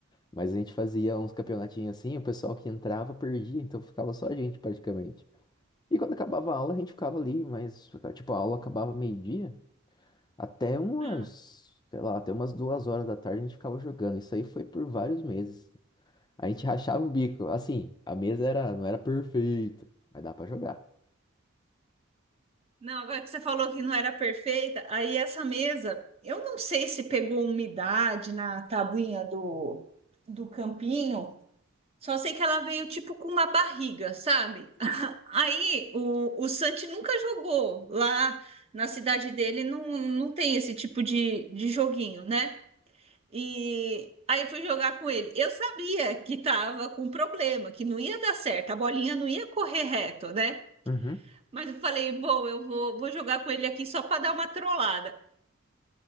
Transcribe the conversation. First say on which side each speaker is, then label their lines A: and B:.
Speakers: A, on the left (about 20°); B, on the right (about 30°).
A: Mas a gente fazia uns campeonatinhos assim, o pessoal que entrava perdia, então ficava só a gente praticamente. E quando acabava a aula, a gente ficava ali, mas tipo, a aula acabava meio-dia. Até umas,
B: Ah.
A: sei lá, até umas duas horas da tarde a gente ficava jogando. Isso aí foi por vários meses. A gente <laughs> rachava o bico. Assim, a mesa era, não era perfeita, mas dá pra jogar.
B: Não, agora que você falou que não era perfeita, aí essa mesa, eu não sei se pegou umidade na tabuinha do, do campinho, só sei que ela veio tipo com uma barriga, sabe? Aí o, o Santi nunca jogou. Lá na cidade dele não, não tem esse tipo de, de joguinho, né? E aí fui jogar com ele. Eu sabia que tava com problema, que não ia dar certo, a bolinha não ia correr reto, né?
A: Uhum.
B: Mas eu falei, bom, eu vou, vou jogar com ele aqui só para dar uma trollada.